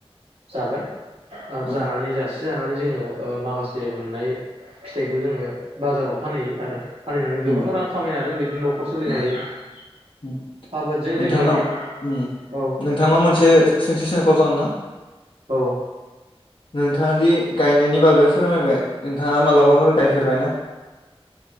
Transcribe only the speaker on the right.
जाबाय आरो
जानानै जास जानानै जोङो ओ माखासे मोननाय फिथाइखौ जोङो बाजाराव फानहैयो आरो। फानहैनानै गोबां
रां खामायनो हादों बिदिनो न'खर सोलिनो
हायो
आबादजों
जोङो
औ
औ